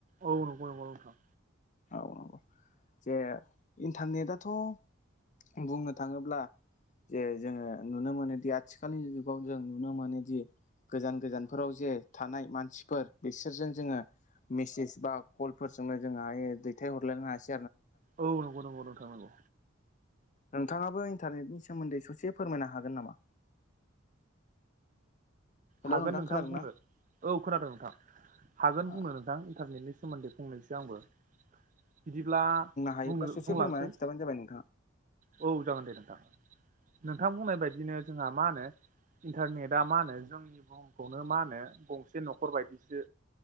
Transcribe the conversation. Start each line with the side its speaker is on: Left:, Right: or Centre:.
Right: औ नंगौ नंगौ नोंथां
Left: औ औ जे इन्टारनेटआथ' बुंनो थाङोब्ला जे जोङो नुनो मोनोदि आथिखालनि जुगाव जों नुनो मोनोदि गोजान गोजानफोराव जे थानाय मानसि बिसोरजों जोङो मेसेज बा कलफोरजोंनो जों हायो दैथाय हरलायनो हासिग
Right: औ नंगौ नंगौ नोंथां नंगौ
Left: नोंथाङा बै इन्टारनेटनि सोमोन्दै ससे फोरमायनो हागोन नामा? हेलौ
Right: हागोन नोंथां
Left: खोनादों
Right: बुंनो
Left: ना
Right: औ खोनादों नोंथां हागोन
Left: औ
Right: बुंनो नोंथां इन्टारनेटनि सोमोन्दै बुंंनोसै आंबो बिदिब्ला
Left: हायोब्ला
Right: बुंनो
Left: ससे
Right: बुंलांसै
Left: फोरमायनानै खिथाबानो जाबाय नोंथाङा
Right: औ जागोन दे नोंथां नोंथां बुंनाय बायदिनो जोंहा मा होनो इन्टारनेटा मा होनो जोंनि जोंनि बुहुमखौनो मा होनो गंसे न'खर बायदिसो